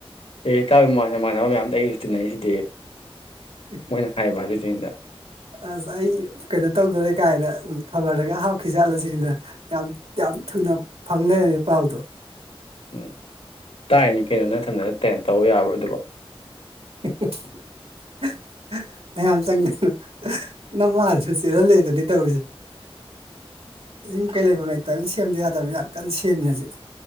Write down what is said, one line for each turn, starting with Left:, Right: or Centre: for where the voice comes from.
Left: ꯑꯦ <unintelligible> ꯃꯥꯟꯅꯕ ꯃꯌꯥꯝꯗꯣ ꯑꯩꯁꯨ ꯇꯤꯟꯅꯩꯁꯤꯗꯤ꯫
Right: <unintelligible>
Left: ꯃꯣꯏꯅ ꯍꯥꯏꯕ ꯑꯗꯨꯏꯗꯨꯅꯤꯗ
Right: ꯑꯁ ꯑꯩ ꯀꯩꯅꯣ ꯇꯧꯗꯣꯔꯦ ꯀꯥꯏꯅ ꯈꯕꯔꯗꯒ ꯍꯥꯥꯎꯈꯤꯖꯥꯠꯂꯁꯤꯅꯤꯗ꯫ ꯌꯥꯝ ꯌꯥꯝ ꯊꯨꯅ ꯐꯪ ꯂꯩꯔꯝꯃꯦ ꯄꯥꯎꯗꯨ꯫
Left: ꯎꯝ ꯇꯥꯏꯅꯤ ꯀꯩꯅꯣ ꯅꯪꯊꯟꯗꯅ ꯇꯦꯞ ꯇꯧ ꯌꯥꯕ꯭ꯔꯣ ꯑꯗꯨꯕꯣ꯫
Right: <unintelligible> ꯃꯌꯥꯝ ꯆꯪꯉꯦꯗꯅ ꯅ ꯃꯥꯥꯜꯗꯁꯨ ꯆꯦꯜꯍꯜꯂꯦꯗꯅꯤ ꯇꯧꯔꯤꯁꯦ꯫ ꯌꯨꯝ ꯀꯩ ꯂꯩꯐꯝ ꯂꯩꯇꯕ ꯁꯦꯝꯗ ꯌꯥꯗꯕ ꯌꯥꯝ ꯀꯟꯅ ꯁꯦꯝꯃꯤ ꯍꯧꯖꯤꯛ꯫